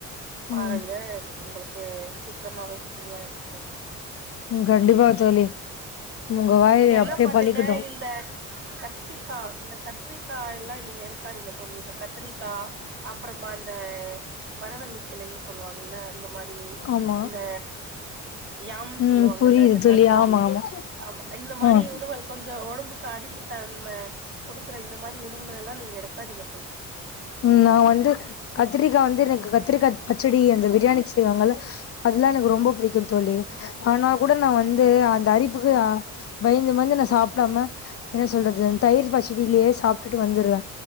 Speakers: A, on the right; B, on the left.
A: பாருங்க
B: ம்
A: உங்களுக்கு சீக்கிரமாவே சரியாகிடும்
B: ம் கண்டிப்பா தோழி உங்க வாய்
A: நீங்க என்ன
B: அப்டியே
A: பண்ணுங்க
B: பளிக்கட்டு
A: இந்த கத்திரிக்காய் இந்த- கத்திரிக்காய் எல்லாம் நீங்க எடுக்காதீங்க தோழி இந்த கத்திரிக்காய் அப்புறமா இந்த மரவள்ளிக்கிழங்கு சொல்லுவாங்கல்ல அந்த மாதிரி அப்படி
B: ஆமா
A: அந்த யாம்
B: ம்
A: சொல்லுவாங்கல்ல
B: புரியுது
A: இந்த
B: தோழி
A: கந்தா
B: ஆமா ஆமா
A: ஆமா இந்த மாரி
B: ஆ
A: உணவுல் கொஞ்சோ உடம்புக்கு அரிப்பு தன்ம குடுக்குற இந்த மாரி உணவுகளல்லா நீங்க எடுக்காதீங்க தோழி
B: ம் நா வந்து கத்திரிக்கா வந்து எனக்கு கத்திரிக்கா பச்சடி அந்த பிரியாணிக்கு செய்வாங்கல அதுதா எனக்கு ரொம்ப புடிக்கும் தோழி ஆனா கூட நா வந்து அந்த அரிப்புக்கு பயந்து வந்து நா சாப்பிடாம என்ன சொல்றது தயிர் பச்சடிலே சாப்ட்டுட்டு வந்துருவே